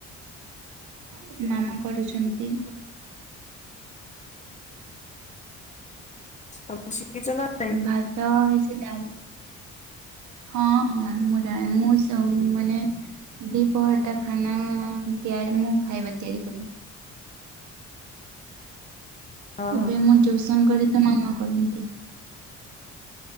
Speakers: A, on the right; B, on the left.
A: ହଁ ମାମା କରୁଛନ୍ତି।
B: ତମେ ଶିଖିଛ ନା ନାଇଁ
A: ଭା ତ ହେଇ ସାଇଲାଣି। ହଁ ହଁ ମୁଁ ଯାଇ ମୁଁ ସୋମ ଦିପହର ଟା ଖାନା ଏମିତିଆ ମୁଁ ଖାଇବା ତିଆରି କରେ।
B: ହଁ
A: ଏବେ ମୁଁ ଟ୍ୟଉସନ କରେ ତ ମାମା କରନ୍ତି।